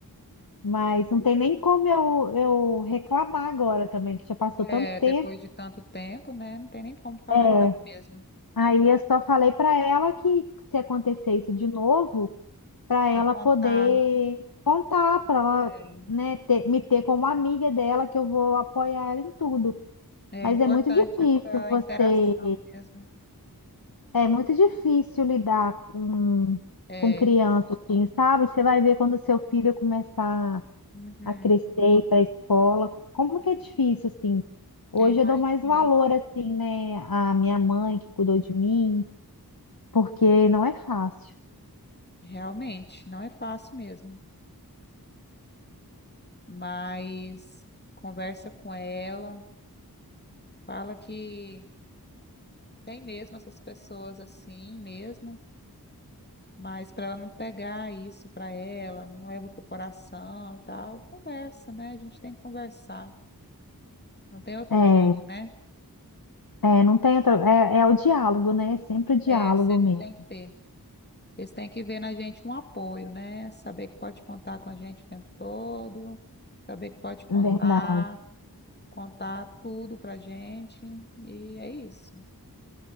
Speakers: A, on the left (about 65°); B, on the left (about 25°).
A: Mas não tem nem como eu, eu reclamar agora também, que já passou
B: É,
A: tanto tempo.
B: depois de tanto tempo, né? Não tem nem como falar
A: É.
B: nada mesmo
A: Aí eu só falei para ela que se acontecer isso de novo, para ela
B: para contar.
A: poder contar, para ela,
B: É,
A: né, ter- me ter como amiga dela, que eu vou apoiar ela em tudo.
B: é
A: Mas
B: importante
A: é muito difícil
B: essa
A: você,
B: interação mesmo.
A: é muito difícil lidar com,
B: É,
A: com criança, assim, sabe? Você vai ver quando o seu filho começar
B: uhum,
A: a crescer, ir para a escola, como que é difícil, assim. Hoje
B: eu imagino.
A: eu dou mais valor, assim, né, à minha mãe que cuidou de mim, porque não é fácil.
B: Realmente, não é fácil mesmo. Mas conversa com ela, fala que tem mesmo essas pessoas assim mesmo Mas para ela não pegar isso para ela, não leva pro coração e tal, conversa, né? A gente tem que conversar. Não tem outro
A: É,
B: jeito, né?
A: é, não tem outra. É, é o diálogo, né? É sempre o diálogo
B: É, sempre
A: mesmo.
B: tem que ter. Eles têm que ver na gente um apoio, né? Saber que pode contar com a gente o tempo todo, saber que pode contar,
A: é Verdade.
B: contar tudo pra gente. E é isso.